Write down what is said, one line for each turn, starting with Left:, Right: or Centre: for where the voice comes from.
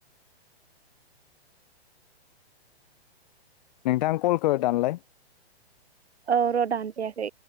Left: नोंथां कलखौ दानलाय
Right: औ र' दानजायाखै